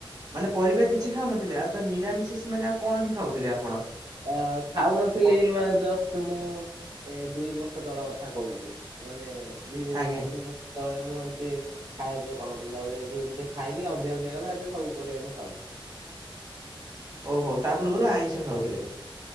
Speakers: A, on the right (about 45°); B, on the right (about 65°).
A: ମାନେ ପରିବା କିଛି ଖାଉନଥିଲେ, ଆଉ ତ ନିରାମିଷାସି ମାନେ ଆଉ କଣ ହିଁ ଖାଉଥିଲେ ଆପଣ?
B: ଅ ଖାଉନଥିଲି
A: ପନିର।
B: ମେ ଜ ମୁଁ ଏ ଦୁଇ ବର୍ଷ ତଳ କଥା କହୁଛି, ମାନେ ଦି
A: ଆଜ୍ଞା
B: ଦି ତିନି ବର୍ଷ ତଳେ ମୁଁ ଏମିତି ଖାଇବା ପିଇବା କରୁ ନଥିଲି, ଧୀରେ ଧୀରେ ଖାଇଲି ଅଭ୍ୟାସ ହେଇଗଲା। ସବୁ ପରିବା ମୁଁ ଖାଉଛି।
A: ଓହୋ, ତା ପୂର୍ବରୁ ଆଇଁଷ ଖାଉଥିଲେ।